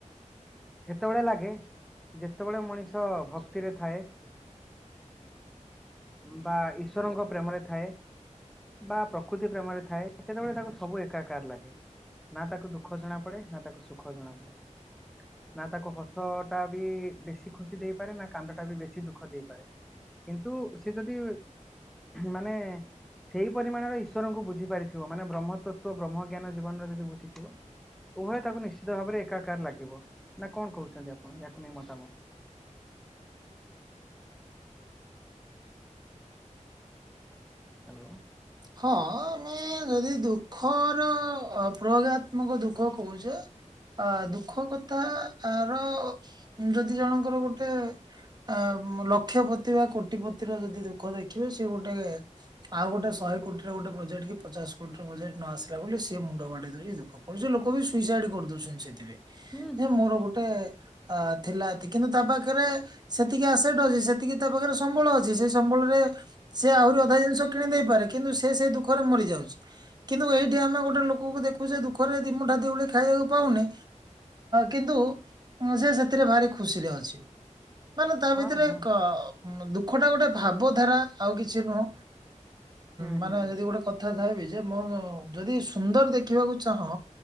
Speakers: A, in the centre; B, on the right (about 30°).
A: ସେତେବେଳେ ଲାଗେ ଯେତେବେଳେ ମଣିଷ ଭକ୍ତିରେ ଥାଏ ବା ଈଶ୍ୱରଙ୍କ ପ୍ରେମରେ ଥାଏ ବା ପ୍ରକୃତି ପ୍ରେମରେ ଥାଏ ସେତେବେଳେ ତାକୁ ସବୁ ଏକାକାର ଲାଗେ ନା ତାକୁ ଦୁଃଖ ଜଣାପଡ଼େ ନା ତାକୁ ସୁଖ ଜଣାପଡ଼େ ନା ତାକୁ ହସଟା ବି ବେଶୀ ଖୁସି ଦେଇପାରେ ନା କାନ୍ଦଟା ବି ବେଶୀ ଦୁଃଖ ଦେଇପାରେ କିନ୍ତୁ ସେ ଯଦି ମାନେ ସେଇ ପରିମାଣରେ ଈଶ୍ୱରଙ୍କୁ ବୁଝି ପାରିଥିବ ମାନେ ବ୍ରହ୍ମ ତତ୍ତ୍ଵ ବ୍ରହ୍ମଜ୍ଞାନ ଜୀବନର ଯଦି ବୁଝିଥିବ ଉଭୟ ତାକୁ ନିଶ୍ଚିତ ଭାବରେ ଏକାକାର ଲାଗିବ ନା କଣ କହୁଛନ୍ତି ଆପଣ ୟାକୁ ନେଇ ମତାମତ। ହ୍ୟାଲୋ
B: ହଁ ଆମେ ଯଦି ଦୁଃଖର ପ୍ରୟୋଗାତ୍ମକ ଦୁଃଖ କହୁଛେ ଅ ଦୁଃଖ କଥା ଆ ର ଯଦି ଜଣଙ୍କର ଗୋଟେ ଅ ଲକ୍ଷପତି ବା କୋଟିପତିର ଯଦି ଦୁଃଖ ଦେଖିବେ ସେଏ ଗୋଟେ ଆଉ ଗୋଟେ ଶହେ କୋଟିର ଗୋଟେ ପ୍ରୋଜେଟ କି ପଚା କୋଟି ର ପ୍ରୋଜେକ୍ଟ ନ ଆସିଲା ବୋଲି ସେ ମୁଣ୍ଡ ବାଢେଇ ଦଉଛି ଦୁଃଖ କରୁଛି। ଲୋକ ବି ସୁଇସାଇଡ୍ କରି ଦଉଛନ୍ତି ସେଥିପାଇଁ
A: ହୁଁ
B: ଯେ
A: ହୁଁ
B: ମୋର
A: ହୁଁ
B: ଗୋଟେ
A: ହୁଁ।
B: ଅ ଥିଲା କିନ୍ତୁ ତା ପାଖରେ ସେତିକି ଆସେଟ ଅଛି ସେତିକି ତା ପାଖରେ ସମ୍ବଳ ଅଛି ସେଇ ସମ୍ବଳରେ ସିଏ ଆହୁରି ଅଧା ଜିନିଷ କିଣି ଦେଇପାରେ କି କିନ୍ତୁ ସେ ସେ ଦୁଃଖରେ ମରିଯାଉଛି କିନ୍ତୁ ଏଇଠି ଆମେ ଗୋଟେ ଲୋକଙ୍କୁ ଦେଖୁଛ ଦୁଃଖରେ ଦି ମୁଠା ଦିଉଳି ଖାଇବାକୁ ପାଉନି କିନ୍ତୁ ସେ ସେଥିରେ ଭାରି ଖୁସିରେ ଅଛି। ମାନେ ତା
A: ହଁ
B: ଭିତରେ
A: ହଁ
B: ଏକ ଦୁଃଖଟା ଗୋଟେ ଭାବଧାରା ଆଉ କିଛି ନୁହଁ।
A: ହୁଁ
B: ମାନେ
A: ହୁଁ
B: ଯଦି ଗୋଟେ କଥାବି ଯେ ମୁଁ ଯଦି ସୁନ୍ଦର ଦେଖିବାକୁ ଚାହଁ